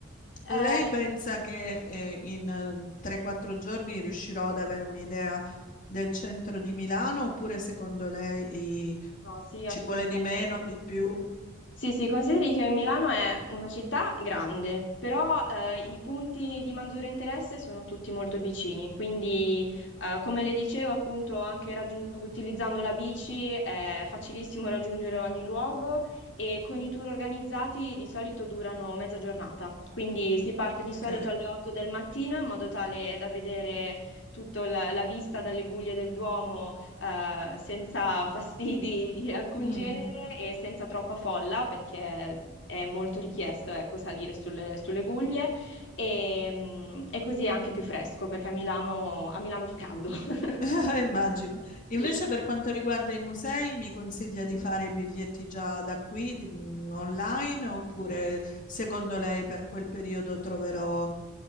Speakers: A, on the left (about 65°); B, on the left (about 45°).
A: Eh,
B: Lei pensa che eh, in eh, 3-4 giorni riuscirò ad avere un'idea del centro di Milano oppure secondo lei i-
A: no, sì,
B: ci
A: assolutamente.
B: vuole di meno, di più?
A: Sì, sì, consideri che Milano è una città grande, però eh, i punti di maggiore interesse sono tutti molto vicini, quindi eh, come le dicevo, appunto, anche raggiun- utilizzando la bici è facilissimo raggiungere ogni luogo e con i tour organizzati di solito durano mezza giornata, quindi si parte di
B: Ok,
A: solito alle 8 del mattino in modo tale da vedere tutta la la vista dalle guglie del Duomo eh, senza fastidi di alcun
B: Mm.
A: genere e senza troppa folla, perché è molto richiesto, ecco, salire sulle, sulle guglie e, mm, e così è anche più fresco, perché a Milano, a Milano fa caldo. <laughs>
B: <laughs> Immagino. Invece
A: Sì.
B: per quanto riguarda i musei, mi consiglia di fare i biglietti già da qui, di- mm, online, oppure secondo lei per quel periodo troverò...